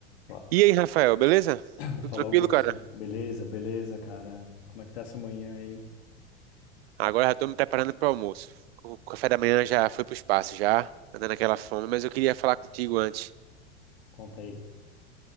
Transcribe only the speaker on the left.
Fa-
<coughs>
<clears throat> Fala,
Augusto.
Beleza, beleza, cara. Como é que tá essa manhã aí?
Conta aí.